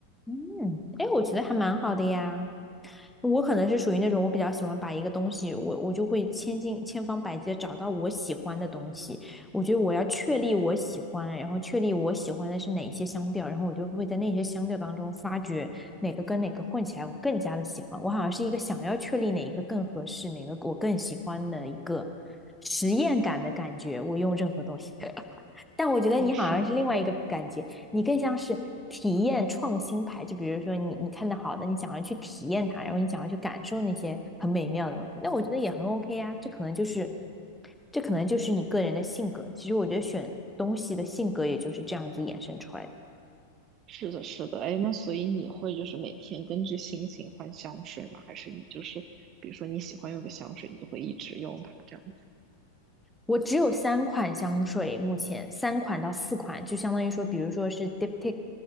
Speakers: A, in the centre; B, on the right (about 35°).
A: 嗯，哎，我觉得还蛮好的呀。我可能是属于那种，我比较喜欢把一个东西，我我就会千金千方百计的找到我喜欢的东西。我觉得我要确立我喜欢，然后确立我喜欢的是哪些香调，然后我就会在那些香调当中发掘哪个跟哪个混起来我更加的喜欢。我好像是一个想要确立哪一个更合适，哪个我更喜欢的一个实验感的感觉。我用任何东西。<laughs> 但我觉得你好像是另外一个感觉，
B: 哦，是吗？
A: 你更像是体验创新派。就比如说你你看到好的，你想要去体验它，然后你想要去感受那些很美妙的东西，那我觉得也很 OK 啊。这可能就是这可能就是你个人的性格。其实我觉得选东西的性格也就是这样子衍生出来的。
B: 是的，是的，哎，那所以你会就是每天根据心情换香水吗？还是你就是比如说你喜欢用个香水，你就会一直用它这样子？
A: 我只有三款香水，目前三款到四款，就相当于说，比如说是 Diptyque